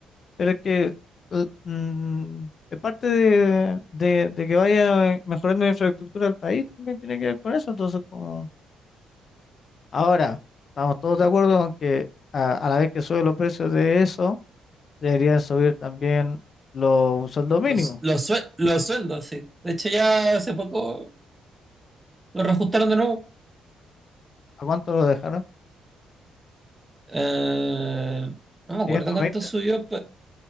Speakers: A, on the left (about 50°); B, on the right (about 15°).
A: pero es que l- mm, es parte de, de, de que vaya mejorando la infraestructura del país, también tiene que ver con eso. Entonces, como ahora, estamos todos de acuerdo con que a a la vez que suben los precios de eso, deberían subir también los sueldos mínimos.
B: Los, los, sue- los sueldos, sí. De hecho, ya hace poco lo reajustaron de nuevo.
A: ¿A cuánto lo dejaron?
B: Eh, no me
A: ¿quinientos
B: acuerdo cuánto
A: veinte?
B: subió,